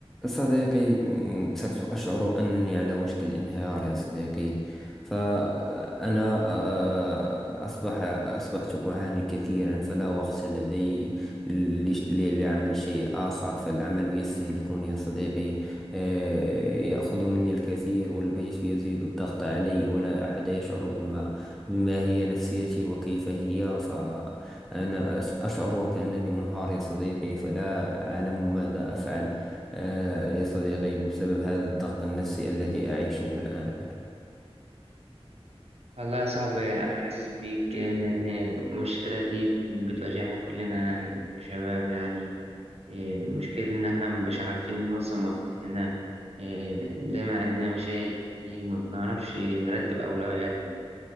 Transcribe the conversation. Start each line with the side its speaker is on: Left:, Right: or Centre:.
Centre: صديقي م، صرت أشعر أنني على وشك الانهيار يا صديقي فأنا آه، أصبح أصبحت أعاني كثيرا فلا وقت لدي ل- ل- لعمل شيء آخر فالعمل يستهلكني يا صديقي آه، يأخذ مني الكثير والبيت يزيد الضغط علي ولا أحد يشعر بما بما هي نفسيتي وكيف هي فأنا أس- أشعر وكأنني منهار يا صديقي فلا أعلم ماذا أفعل آه، يا صديقي بسبب هذا الضغط النفسي الذي أعيشه الآن أنا
Right: والله يا صاحبي أنا حاسس بيك لأن المشكلة دي بتواجهنا كلنا كشباب يعني إيه، مشكلة إن إحنا مش عارفين ننظم وقتنا إيه، دايما عندنا مشاكل كتير ما بنعرفش نرتب أولوياتنا